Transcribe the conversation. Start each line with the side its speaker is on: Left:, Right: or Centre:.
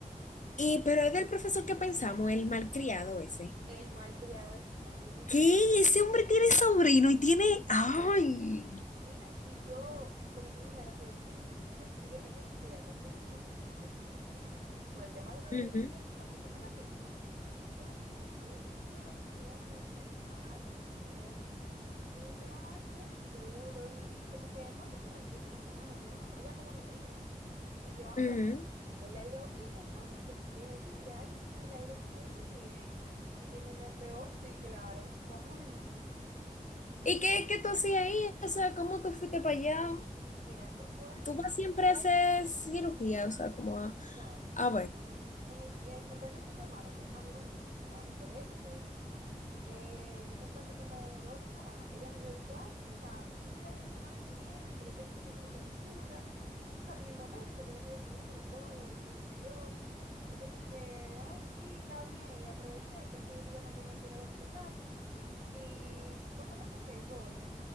Left: Y, pero es del profesor que pensamos, el malcriado ese.
Right: El malcriado este mis
Left: ¿Qué? Ese hombre tiene sobrino y tiene... ¡Ay!
Right: Mira, y yo como que en una le pregunto como que si él sigue ejerciendo, que yo sé que sí, que él sigue ejerciendo, por el tema de lo
Left: Ujú,
Right: del el paciente con la pinza. Y ella me dijo que sí, él sigue ejerciendo en Sedimar, que no sé qué. Y yo, ah, qué chulo. Y, y como que, ¿cuántos años él tiene más o menos? Yo no me acuerdo. Ella como que me dijo. Y yo, ah,
Left: ujú.
Right: pero él ha ido bien, entonces que sigue ejerciendo. Ya ahí sí le ha ido muy bien. Y yo en mi mente, oh, sí, claro, ¿cómo no?
Left: ¿Y qué, qué tú hacías ahí? O sea, ¿cómo tú fuiste para allá?
Right: Mira, eso fue,
Left: tú vas siempre a hacer cirugía, o sea, como a,
Right: no,
Left: a
Right: yo
Left: ver,
Right: En el, en el cumpleaños de su hermano, que es amigo mío, estaba en mi colegio y todo, eh, que eso fue hace como dos o tres semanas, ella me dijo, dijo, ay, mira, si tú quieres venir la semana que viene, que yo tengo mucha cirugía chula, y tú sabes, en el momento que ella me dio su número y todo, y me escribió, fue como que, ay, sí, está bien, y aproveché que ese día no tenía que ir al hospital, y fue como que, ok, voy,